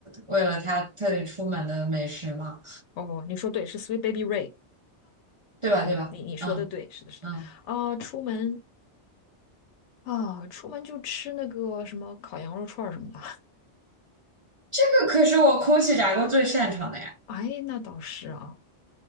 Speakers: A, on the right (about 45°); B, on the left (about 80°).
A: 为了他特地出门的美食吗？
B: 哦，你说对，是 Sweet Baby Ray，
A: 对吧？
B: 你你你说的对，
A: 对吧？嗯
B: 是的，是的。
A: 嗯，
B: 啊、出门啊、出门就吃那个什么烤羊肉串儿什么的。
A: 这个可是我空气炸锅最擅长的呀。
B: 哎，那倒是啊，